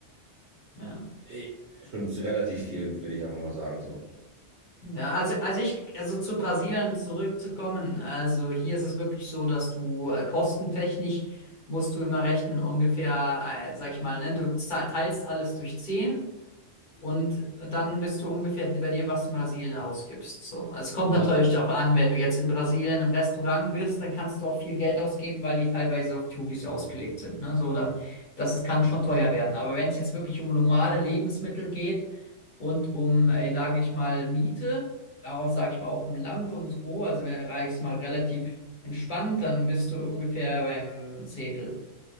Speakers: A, on the left (about 45°); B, on the right (about 60°).
A: ja.
B: eh schon relativ viel, würde ich einfach mal sagen, so.
A: Ja, also, also ich, also zu Brasilien zurückzukommen, also hier ist es wirklich so, dass du äh, kostentechnisch musst du immer rechnen, ungefähr, äh, sag ich mal, ne, du zahl- teilst alles durch 10. Und dann bist du ungefähr bei dem, was du in Brasilien ausgibst. So. Also es kommt
B: Also,
A: natürlich darauf an, wenn du jetzt in Brasilien im Restaurant bist, dann kannst du auch viel Geld ausgeben, weil die teilweise auf Touris ausgelegt sind. Ne? So, dann, das ist, kann schon teuer werden. Aber wenn es jetzt wirklich um normale Lebensmittel geht und um, äh, sage ich mal, Miete, auch, sage ich mal, auf dem Land und so, also wenn, sage ich mal, relativ entspannt, dann bist du ungefähr beim Zehntel.